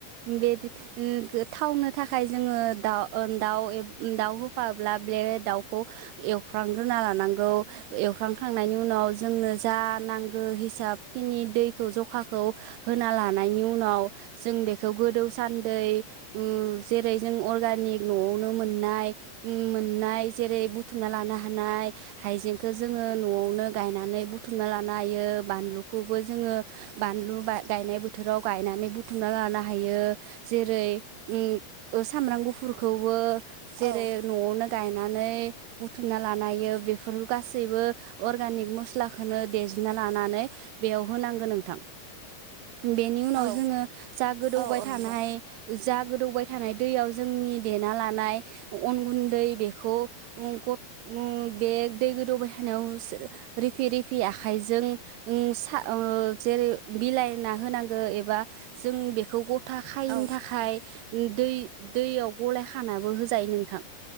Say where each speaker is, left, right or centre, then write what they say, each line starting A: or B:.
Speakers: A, on the right (about 85°); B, on the right (about 55°).
A: बेदि ओ गोथावनो थाखाय जोङो दाउ ओ दाउ दाउ होफाब्ला ब्ले दाउखौ एवफ्रांग्रोना लानांगौ। एवफ्रांखांनायनि उनाव जोंनो जा नांगो हिसाब खिनि दैखौ जखाखौ होना ला नायनि उनाव जों बेखौ गोदौ सान्दै उम जेरै जों अर्गानिक न'आवनो मोननाय मोननाय जेरै बुथुमना लानो हानाय हाइजेंखो जोङो न'आवनो गायनानै बुथुमना लानो हायो बानलुखौबो जोङो बानलु गायनाय बो थोराव गायनानै बुथुमना लानो हायो जेरै उम ओ सामब्राम गुफुरखौबो जेरै
B: औ
A: न'आवनो गायनानै बुथुमना लानो हायो बेफोर गासैबो अर्गानिक मस्लाखौनो देजिना लानानै बेयाव होनांगो नोंथां। बेनि उनाव
B: औ
A: जोङो जा गोदौबाय
B: औ औ
A: थानाय
B: नंगौ
A: जा गोदौबाय थानाय दैयाव जोंनि देना लानाय अन गुन्दै बेखौ उं उ बे दै गोदौबाय थानायावसो रिफि रिफि आखायजों उं सा ओं जेरै बिलाइ होना होनांगौ एबा जों बेखौ ग था खायैनि
B: औ
A: थाखाय दै दैयाव गलायखानाबो होजायो नोंथां।